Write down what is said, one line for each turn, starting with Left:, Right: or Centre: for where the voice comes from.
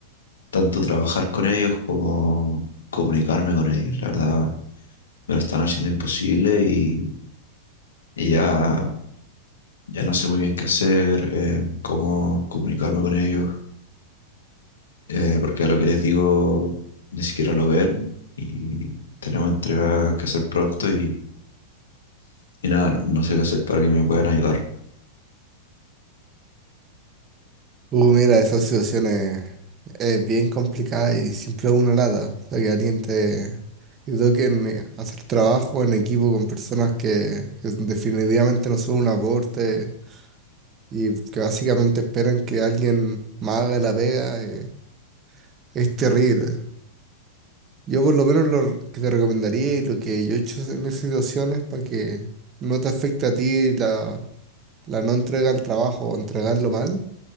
Left: tanto trabajar con ellos como comunicarme con ellos. La verdad me lo están haciendo imposible y, y ya, ya no sé muy bien qué hacer, eh, cómo comunicarme con ellos, eh, porque a lo que les digo ni siquiera lo ven y tenemos entrega que hacer pronto y... Y nada, no, no sé qué hacer para que me puedan ayudar.
Right: Uh, mira, esa situación es, es bien complicada y siempre una lata. O sea, que alguien te... Yo creo que te toquen hacer trabajo en equipo con personas que, que definitivamente no son un aporte y que básicamente esperan que alguien más haga la pega, eh, es terrible. Yo por lo menos lo que te recomendaría y lo que yo he hecho en esas situaciones para que no te afecte a ti la, la no entrega al trabajo o entregarlo mal